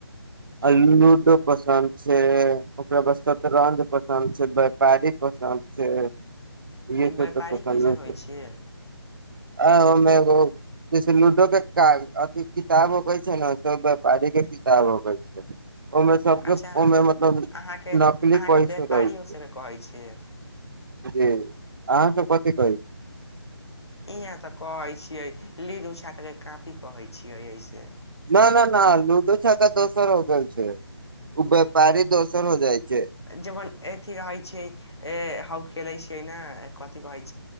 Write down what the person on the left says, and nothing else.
ई
व्यापारी
कैसन होइ
छी
अच्छा
अहाँके
अहाँके
व्यापारियो
सभके कहै छियै
इहाँ तऽ कहै छियै लीडो छापै के कॉपी कहै छियै अइसे।
जेमन एथी रहै छियै हउ खेलै छियै ने कथी कहै छै,